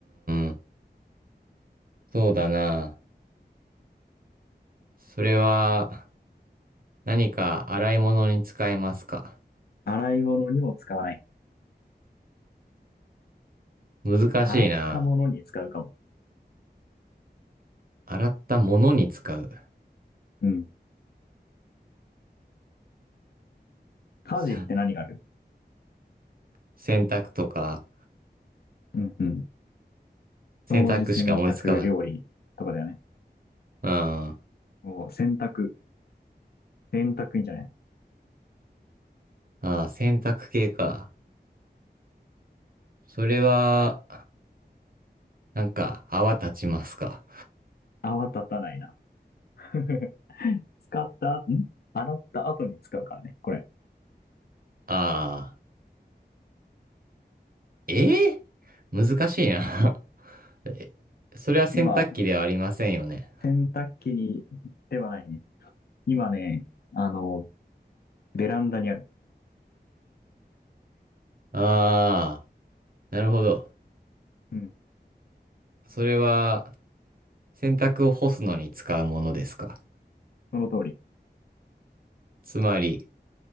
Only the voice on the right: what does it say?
ん。そうだな。それは、何か洗い物に使えますか。
難しいな。
洗ったものに使う。
<laughs> 洗濯とか、
洗濯しか思いつかない。
あ
あー、洗濯系か。それは、なんか、泡立ちますか。
ああ、えー難しいな。<laughs> えそれは洗濯機ではありませんよね。
ああ、なるほど。
それは、洗濯を干すのに使うものですか。
つまり、